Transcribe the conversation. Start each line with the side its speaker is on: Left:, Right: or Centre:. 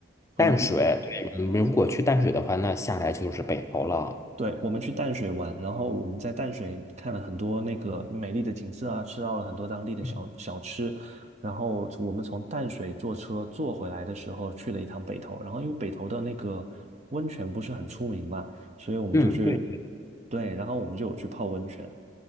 Right: 我我
Left: 淡水，对，你们如果去淡水的话，那下来就是北头了。
Right: 对，我们去淡水玩，然后我们在淡水看了很多那个美丽的景色啊，吃到了很多当地的小小吃，
Left: 嗯，
Right: 然后从我们从淡水坐车坐回来的时候去了一趟北投，然后因为北投的那个温泉不是很出名嘛，所以我们就去，
Left: 嗯，对，
Right: 对，然后我们就有去泡温泉，